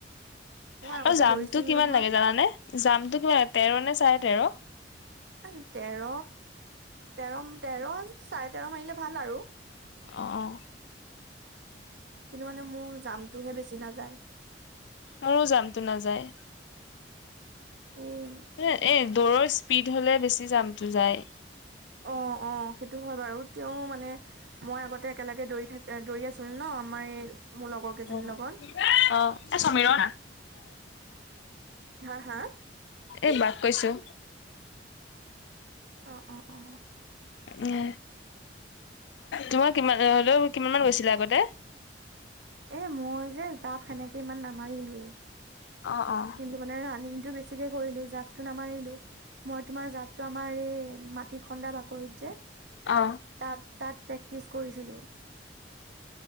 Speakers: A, on the right; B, on the left.
A: মই আগতে
B: আৰু জাম্পটো
A: দৌৰিছিলো
B: কিমান
A: নহয়
B: লাগে জানানে? জাম্পটো কিমান তেৰ নে চাৰে তেৰ?
A: আহ তেৰ, তেৰ, তেৰ, চাৰে তেৰ মাৰিলে ভাল আৰু
B: অ', অ।
A: কিন্তু, মানে মোৰ জাম্পটোহে বেছি নাযায়।
B: মোৰো জাম্পটো নাযায়।
A: এই
B: এ,
A: সি
B: এ দৌৰৰ স্পীড হ'লে, বেছি জাম্পটো যায়।
A: অ', অ', সেইটো হয় বাৰু, তেওঁ মানে মই আগতে একেলগে দৌৰি থাকা, দৌৰি আছিলোঁ ন? আমাৰ এই মোৰ লগৰ কেইজনীৰ
B: অ',
A: লগত
B: অ', এই সমীৰণ
A: হা হা
B: এ, বাক কৈছোঁ।
A: অ', অ', অ।
B: উম, তোমাৰ কিমান হ'লেও, কিমান মান হৈছিলে আগতে?
A: এ, মই যে জাম্প সেনেকে ইমান নামাৰিলোৱেই।
B: অ', অ।
A: কিন্তু মানে ৰানিংটো বেছিকে কৰিলোঁ, জাম্পটো নামাৰিলো, মই তোমাৰ জাম্পটো আমাৰ এই মাটিত খন্দা বাকৰিত যে
B: অ।
A: তাত, তাত প্ৰেক্টিচ কৰিছিলোঁ।